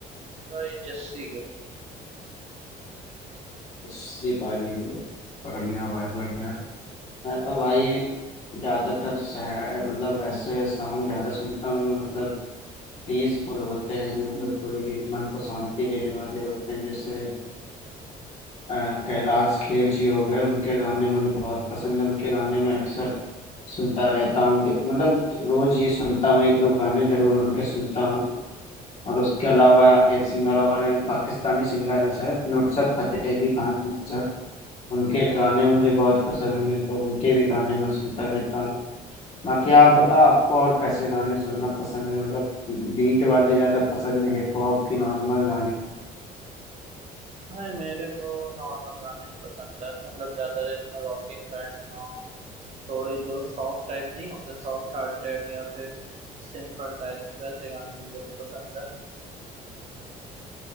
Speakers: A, on the right; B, on the left.
A: भाई जस्सी गिल
B: उसी पाजी के बढ़िया भाई बढ़िया मैं तो भाई ज्यादातर सह- मतलब ऐसे सॉन्ग ज्यादा सुनता हूँ जो मतलब पीसफुल होते हैं जो मतलब थोड़ी मन को शांति देने वाले होते हैं जैसे अ, कैलाश खेर जी हो गए उनके गाने मुझे बहुत पसंद है उनके गाने में अक्सर सुनता रहता हूँ मतलब रोज ही सुनता हूँ एक दो गाने जरूर उनके सुनता हूँ और उसके अलावा एक सिंगर और हैं पाकिस्तानी सिंगर हैं शायद नुसरत फतेह अली खान सर उनके गाने मुझे बहुत पसंद हैं तो उनके भी गाने मैं सुनता रहता हूँ बाकी आप बताओ आपको और कैसे गाने सुनना पसंद है मतलब बीट वाले ज़्यादा पसंद है हिप हॉप की नॉर्मल गाने
A: भाई मेरे को नॉर्मल गाने ही पसंद है मतलब ज्यादा जिसमें रॉकिंग बैंड ना हो थोड़े जो सॉफ्ट टाइप नहीं होते सॉफ्ट हार्टेड या फिर सिंपल टाइप वैसे गाने मेरे को पसंद है